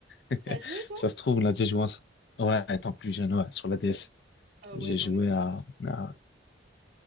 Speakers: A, on the left (about 60°); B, on the right (about 45°).
A: <laughs>
B: T'as joué, toi?
A: Ça se trouve, on a déjà joué ensemble. Ouais, étant plus jeune, ouais, sur la DS.
B: Ah
A: J'ai
B: ouais, non,
A: joué
B: mais c'est
A: à, à-